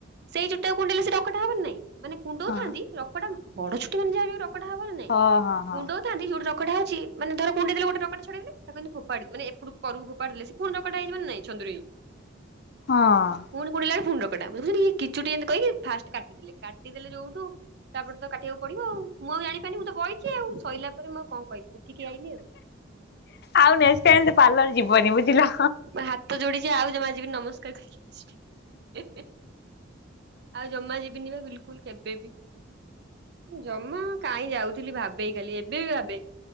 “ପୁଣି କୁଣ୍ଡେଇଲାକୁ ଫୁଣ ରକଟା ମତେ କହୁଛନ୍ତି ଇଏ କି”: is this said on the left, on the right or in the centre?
Right